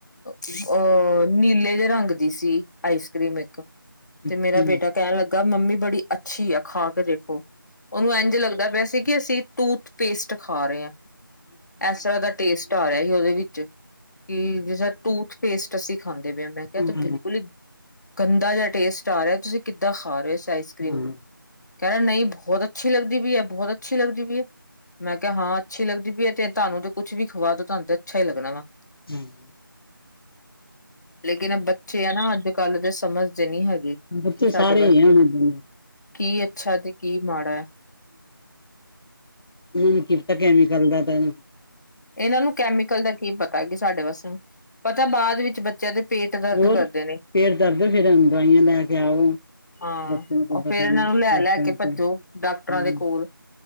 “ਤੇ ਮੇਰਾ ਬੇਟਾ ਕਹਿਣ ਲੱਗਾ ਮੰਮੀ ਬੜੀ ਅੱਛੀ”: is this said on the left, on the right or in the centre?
Left